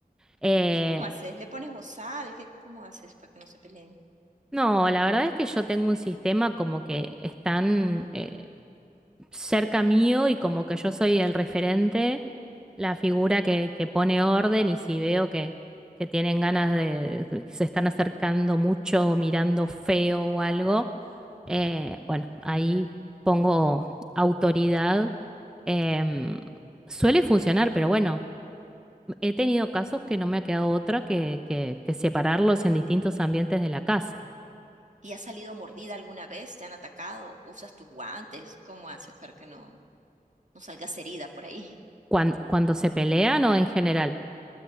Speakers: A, in the centre; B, on the right.
A: Eh,
B: ¿Y cómo haces? ¿Le pones bozal? ¿Qué, cómo haces para que no se peleen?
A: no, la verdad es que yo tengo un sistema como que están, eh, cerca mío y como que yo soy el referente, la figura que, que pone orden y si veo que, que tienen ganas de, que se están acercando mucho, mirando feo o algo, eh, bueno, ahí pongo autoridad. Em, suele funcionar, pero bueno, he tenido casos que no me ha quedado otra que, que, que separarlos en distintos ambientes de la casa.
B: ¿Y has salido mordida alguna vez? ¿Te han atacado? ¿Usas tus guantes? ¿Cómo haces para que no, no salgas herida por ahí? <laughs>
A: Cuan- Cuando, se pelean o en general.